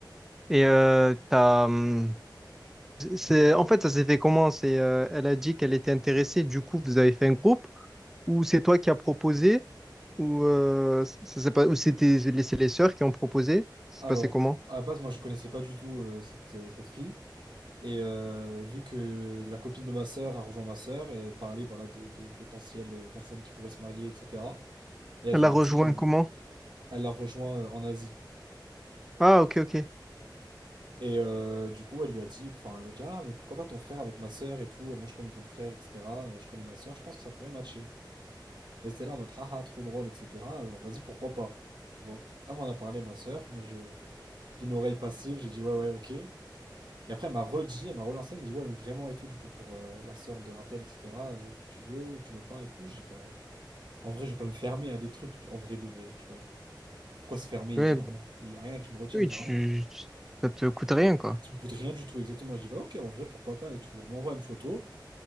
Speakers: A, in the centre; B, on the right.
A: Et euh, t'as, hum, c'est, en fait, ça s'est fait comment? C'est, euh, elle a dit qu'elle était intéressée, du coup, vous avez fait un groupe, ou c'est toi qui as proposé, ou euh, ça s'est pas, ou c'était les, c'est les sœurs qui ont proposé? Ça
B: Alors,
A: s'est passé comment?
B: à la base, moi je connaissais pas du tout euh, cette, euh, cette fille. Et euh, vu que la copine de ma sœur a rejoint ma sœur et parlé voilà, de, de potentielles euh, personnes qui pourraient se marier, etc. Et elles
A: Elle
B: ont
A: a rejoint
B: dit, euh,
A: comment?
B: elle l'a rejoint euh, en Asie.
A: Ah, ok, ok.
B: Et euh, du coup, elle lui a dit, enfin, elle a dit, ah, mais pourquoi pas ton frère avec ma sœur et tout, moi je connais ton frère, etc. euh, Je connais ma sœur, je pense que ça pourrait matcher. Et c'était là en mode, ah, ah, trop drôle, etc. euh, vas-y, pourquoi pas, tu vois. Elle m'en a parlé, ma sœur, moi je, d'une oreille passive, j'ai dit, ouais, ouais, ok. Et après, elle m'a redit, elle m'a relancé, elle m'a dit, ouais, mais vraiment et tout, du coup, pour euh, la sœur de un tel, etc., euh, tu veux ou tu veux pas et tout. Je dis, bah, pff, en vrai, je vais pas me fermer à des trucs en vrai de vrai, tu vois. Pourquoi se fermer et
A: Oui,
B: dire non? Il y a rien qui me retient
A: Oui,
B: de dire
A: tu,
B: non.
A: ça te coûte rien, quoi.
B: Ça me coûte rien du tout, exactement. Je dis, bah, ok, en vrai, pourquoi pas et tout. On m'envoie une photo,